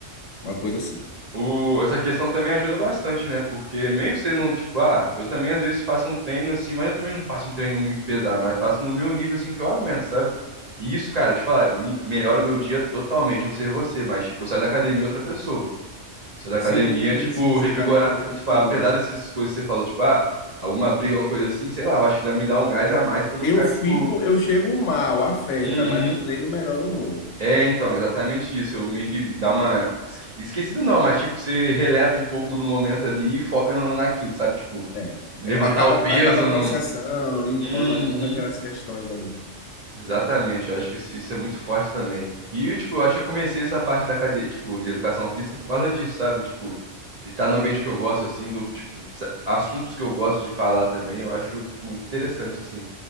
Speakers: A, on the left; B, on the right.
A: uma coisa assim.
B: O, essa questão também ajuda bastante, né? Porque meio que você não, tipo, ah, eu também às vezes faço um treino assim, mas eu também não faço um treino muito pesado, mas faço no meu nível assim que eu aguento, sabe? E isso, cara, te falar, me- melhora o meu dia totalmente, não sei você, mas tipo, eu saio da academia outra pessoa. Saio da academia,
A: Sim,
B: é, tipo,
A: sim, sim,
B: revigorar,
A: para mim também funciona
B: é, tipo, apesar
A: isso.
B: dessas coisas que você falou, tipo, ah, alguma briga, alguma coisa assim, sei lá, eu acho que dá- me dá um gás a mais pra eu não
A: Eu
B: ficar,
A: fico,
B: tipo,
A: eu chego mal, afeta,
B: uhum,
A: mas o treino melhora o humor.
B: é, então, exatamente isso. Eu meio que dá uma. esque- Esquecido não, mas tipo, você releva um pouco no momento ali e foca no- naquilo, sabe? Tipo,
A: É,
B: levantar
A: é, acaba,
B: o peso
A: acaba processando,
B: no.
A: limpando
B: Uhum.
A: alguma daquelas questões ali.
B: Exatamente, eu acho que isso, isso é muito forte também. E, tipo, eu acho que eu comecei essa parte da cadeia, tipo, de educação física por causa disso, sabe? Tipo, de estar no ambiente que eu gosto, assim, do, tipo, sa- assuntos que eu gosto de falar também, eu acho, tipo, muito interessante, assim.